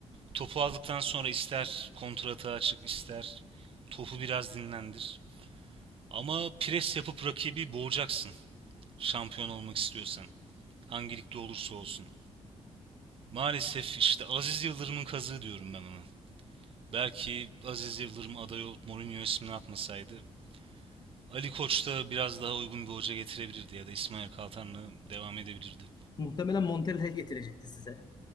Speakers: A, on the right (about 50°); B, on the left (about 35°).
A: Topu aldıktan sonra ister kontratağa çık, ister topu biraz dinlendir. Ama pres yapıp rakibi boğacaksın şampiyon olmak istiyorsan. Hangi ligde olursa olsun. Maalesef işte Aziz Yıldırım'ın kazığı diyorum ben ona. Belki Aziz Yıldırım aday olup Mourinho ismini atmasaydı Ali Koç da biraz daha uygun bir hoca getirebilirdi ya da İsmail Kaltan'la devam edebilirdi.
B: muhtemelen Montella getirecekti size.